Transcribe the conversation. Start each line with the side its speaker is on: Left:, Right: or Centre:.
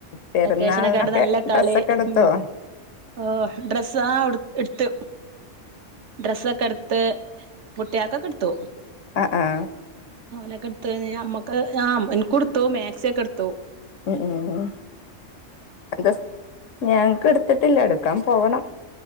Left: പെരുന്നാളിനൊക്കെ
Right: വെക്കേഷനൊക്കായിട്ട് നല്ല
Left: ഡ്രസ്സൊക്കെ
Right: കളി
Left: എടുത്തോ
Right: ഉം ഓഹ് ഡ്രസ്സ് ആഹ് ഇട്ത്ത്‌, ഡ്രസ്സൊക്കെട് ത്ത് കുട്ട്യാക്കൊക്കെ ഇട്ത്തു
Left: അഹ് ആഹ്
Right: ഓലൊക്കെട്ത്ത് കഴ്ഞ്ഞ അമ്മക്ക് അമ്മ ആ ഇൻക്കും ഇട്ത്തു മാക്സിയൊക്കെ ഇട്ത്തു
Left: ഉം ഉം എന്താ സ് ഞങ് ക്ക് ഇട്ത്ത്ട്ട്ല്ല ഇട്ക്കാൻ പോണം